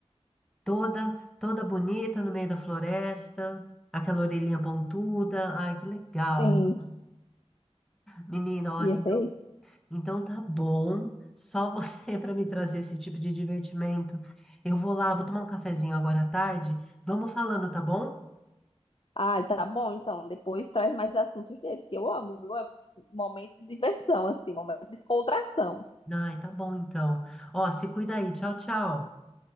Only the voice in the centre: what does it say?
Toda, toda bonita no meio da floresta, aquela orelhinha pontuda. Ai, que legal.
Menina, olha,
então
então tá bom. Só você <laughs> para me trazer esse tipo de divertimento. Eu vou lá, vou tomar um cafezinho agora à tarde. Vamos falando, tá bom?
Ai, tá bom então. Ó, se cuida aí. Tchau, tchau.